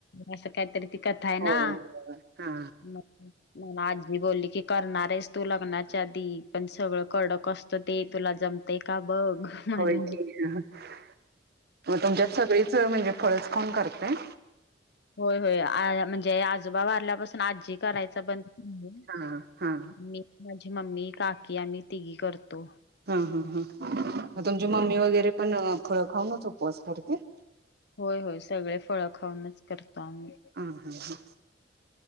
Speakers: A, on the left; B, on the right.
A: असं काहीतरी ती कथा आहे ना?
B: हो हा
A: ना आजी बोलली की करणार आहेस तू लग्नाच्या आधी पण सगळं कड कस ते तुला जमते का बघ म्हणून
B: होय की.. मग तुमच्यात सगळीच म्हणजे फळच खाऊन करते.
A: होय होय म्हणजे आजोबा वारल्यापासून आजी करायचं बंद
B: हा हा
A: मी, माझी मम्मी, काकी आम्ही तिघी करतो.
B: हा हा ह तुमची मम्मी वगैरे पण फळं खाऊनच उपवास करते
A: होय होय सगळे फळ खाऊनच करतो आम्ही
B: हम हं ह